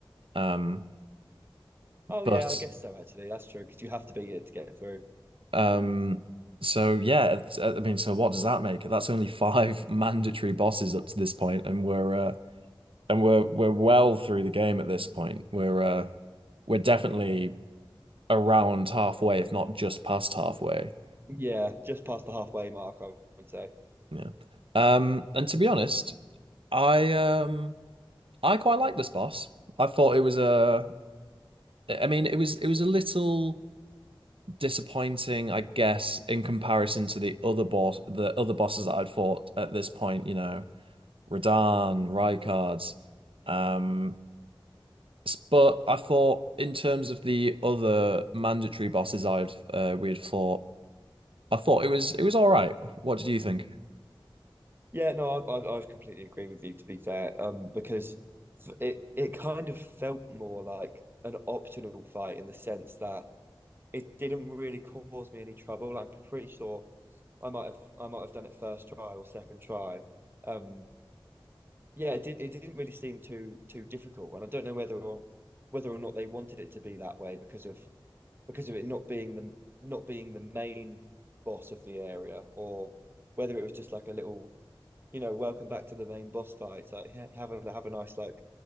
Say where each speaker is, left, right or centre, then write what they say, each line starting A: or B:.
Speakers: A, on the right; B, on the right.
A: Um,
B: Oh
A: but
B: yeah, I guess so actually. That's true because you have to beat it to get through.
A: um, so yeah, it's- I mean, so what does that make? That's only five <laughs> mandatory bosses up to this point, and we're uh, and we're we're well through the game at this point. We're uh, we're definitely around halfway, if not just past halfway.
B: Yeah, just past the halfway mark, I would say.
A: Yeah. Um, and to be honest, I um. I quite like this boss. I thought it was a, I mean, it was it was a little disappointing, I guess, in comparison to the other boss, the other bosses that I'd fought at this point. You know, Radahn, Rykard. Um, s- but I thought in terms of the other mandatory bosses I'd uh, we'd fought, I thought it was it was all right. What did you think?
B: Yeah, no, I I, I completely agree with you to be fair. Um, because f- it it kind of felt more like an optional fight in the sense that it didn't really cause me any trouble. I'm pretty sure I might have I might have done it first try or second try. Um, yeah, it did. It didn't really seem too too difficult, and I don't know whether or whether or not they wanted it to be that way because of because of it not being the not being the main boss of the area, or whether it was just like a little, you know, welcome back to the main boss fight. It's like ha- have a have a nice like